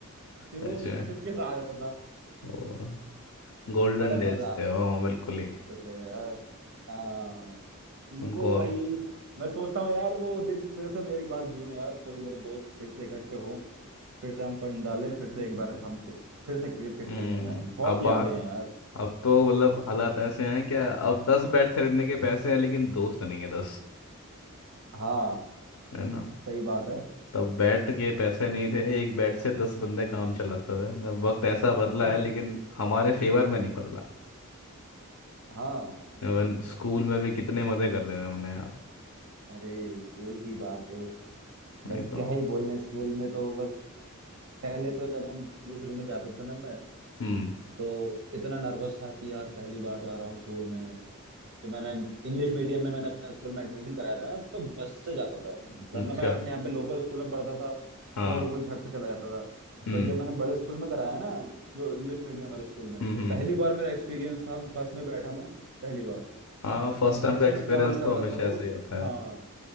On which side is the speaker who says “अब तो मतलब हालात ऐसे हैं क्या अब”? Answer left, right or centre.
Left